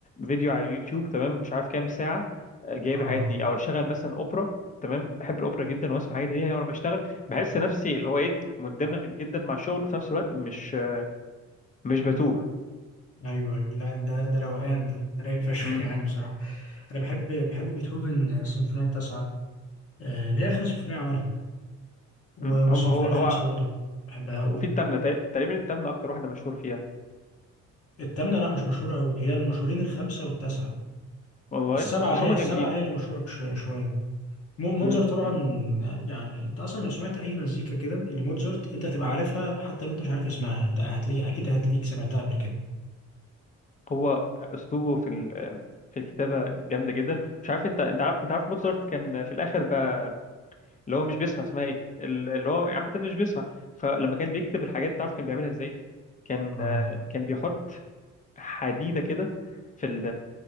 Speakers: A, on the left; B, on the left.
A: فيديو على يوتيوب تمام مش عارف كام ساعه آه، جايب
B: اه
A: الحاجات دي او اشغل مثلا اوبرا تمام بحب الاوبرا جدا واسمع الحاجات دي يعني وانا بشتغل بحس نفسي اللي هو ايه مندمج جدا مع الشغل وفي نفس الوقت مش مش بتوه
B: ايوه ايوه لا ده ده روقان ده ده رايق فشخ
A: م-
B: <laughs> يعني بصراحة انا بحب بحب بيتهوفن سيمفونية التاسعة آه، اللي هي اخر سيمفونية عملها و-
A: م-
B: والسيمفونية
A: هم هو هو
B: الخامسة برضو بحبها قوي
A: وفي التامنة تق- تقريبا التامنة أكتر واحدة مشهور فيها
B: التامنة لا مش مشهورة قوي هي المشهورين الخمسة والتاسعة
A: والله
B: السبعة
A: بس
B: هي
A: هم
B: السبعة
A: جامدين
B: هي اللي مشهورة ش- شوية مو- موتزارت
A: م-
B: طبعا
A: م.
B: يعني انت اصلا لو سمعت اي مزيكا كده لموتزارت انت هتبقى عارفها حتى لو انت مش عارف اسمها انت هتلاقي اكيد هتلاقيك سمعتها قبل كده
A: هو أسلوبه في ال- في الكتابة جامدة جدا مش عارف أنت أنت عارف أنت عارف موتسارت كان في الآخر بقى اللي هو مش بيسمع اسمها إيه ال- اللي هو عامة مش بيسمع فلما كان بيكتب الحاجات تعرف كان بيعملها إزاي كان
B: اه
A: آه، كان بيحط حديده كده في ال